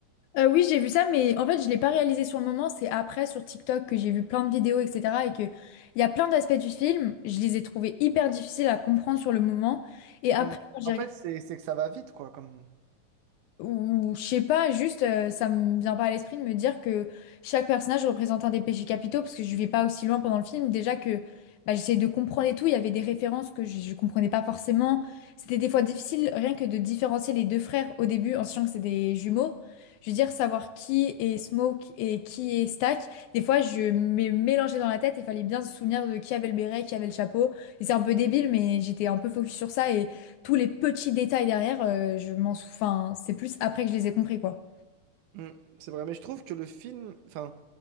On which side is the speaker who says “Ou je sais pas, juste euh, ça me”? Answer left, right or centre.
Left